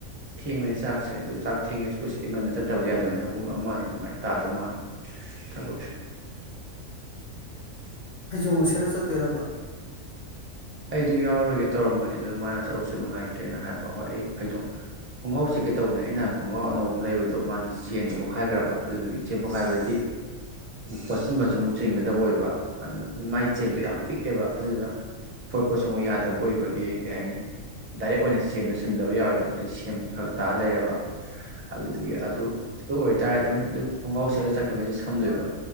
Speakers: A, on the right; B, on the left.
A: ꯊꯦꯡꯕꯅꯦ ꯆꯥꯛꯁꯦ ꯑꯗꯨ ꯆꯥꯛ ꯊꯦꯡꯉꯦꯁꯨ ꯑꯩꯈꯣꯏ ꯁꯤꯗ ꯉꯟꯅ ꯆꯠꯇꯕꯗꯤ ꯌꯥꯗꯕꯅꯤꯅ ꯄꯨꯡ ꯑꯃ ꯑꯅꯤ ꯑꯗꯨꯃꯥꯏꯅ ꯇꯥꯗꯧ ꯃꯥꯜꯂꯤ ꯊꯕꯛꯁꯦ
B: ꯐꯩꯖꯣꯝꯒ ꯁꯦꯠꯂꯒ ꯆꯠꯇꯣꯏꯔꯕ
A: ꯑꯩꯗꯣ ꯌꯥꯎꯔꯣꯏꯒꯦ ꯇꯧꯔꯝꯕꯅꯤ ꯑꯗꯨ ꯃꯥꯅ ꯁꯔꯨꯛꯁꯦ ꯅꯨꯡꯉꯥꯏꯇ꯭ꯔꯦꯅ ꯍꯥꯏꯕ ꯍꯣꯏ ꯑꯩ ꯐꯩꯖꯣꯝ ꯈꯣꯡꯒ꯭ꯔꯥꯎ ꯆꯦꯀꯩ ꯇꯧꯕꯅꯦ ꯑꯩ ꯅꯍꯥꯟ ꯈꯣꯡꯒ꯭ꯔꯥꯎ ꯑꯅꯧꯕ ꯑꯃ ꯂꯩꯕꯗꯣ ꯃꯥꯒꯤ ꯆꯦꯟꯗꯣ ꯄꯣꯛꯈꯥꯏꯈ꯭ꯔꯕ ꯑꯗꯨꯗꯨꯒꯤ ꯆꯦꯟ ꯄꯣꯈꯥꯏꯕꯗꯤ ꯄꯣꯠꯆꯤꯟ ꯃꯆꯨꯝ ꯃꯨꯛ ꯆꯤꯡꯒꯗꯕ ꯑꯣꯏꯕ ꯑꯗꯨꯅ ꯃꯥꯏ ꯆꯦꯟꯗꯣ ꯌꯥꯝ ꯄꯤꯛꯑꯦꯕ ꯑꯗꯨꯗꯨꯅ ꯐꯣꯠꯄꯁꯨ ꯑꯃꯨꯛ ꯌꯥꯗꯕ ꯑꯣꯏꯕꯒꯤ ꯀꯩ ꯍꯥꯏꯅꯤ ꯗꯥꯏꯔꯦꯛ ꯑꯣꯏꯅ ꯆꯦꯟꯗꯣ ꯁꯤꯟꯗꯕ ꯌꯥꯔꯣꯏꯗꯕ ꯑꯗꯨ ꯁꯦꯝꯕ ꯐꯔꯛ ꯇꯥꯔ ꯂꯩꯔꯕ ꯑꯗꯨꯗꯨꯒꯤ ꯑꯗꯨ ꯑꯗꯨ ꯑꯣꯏꯇꯥꯥꯔꯦ ꯑꯗꯨꯝ ꯑꯗꯨ ꯈꯣꯡꯒꯥꯎ ꯁꯦꯠꯂ ꯆꯠꯈꯤꯕꯅꯤ ꯑꯗꯨꯗꯤ ꯁꯝꯗꯣꯏꯕ